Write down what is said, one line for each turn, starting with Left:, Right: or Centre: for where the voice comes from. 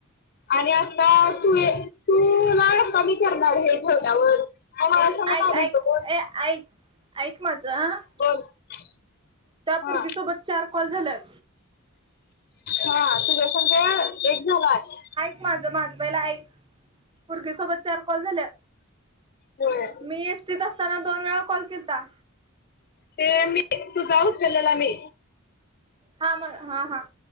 Left: आणि आता तू तूला आता मी करणार हे ठेवल्यावर. मग मला सांग
Right: ऐक,
Left: काढायचं
Right: ऐक
Left: कोण
Right: ए ऐक, ऐक माझं.
Left: बोल बोल
Right: त्या पुरगीसोबत
Left: हा
Right: चार कॉल झाल्यात.
Left: हा तुझ्यासंग एक झालायं.
Right: एक माझं, माझं पहिला आईक पुरगीसोबत चार कॉल झाल्यात
Left: होय
Right: मी एसटीत असताना दोन वेळा कॉल केलता.
Left: ते मी तूजा उचल्याला मी.
Right: हा मग, हा, हा.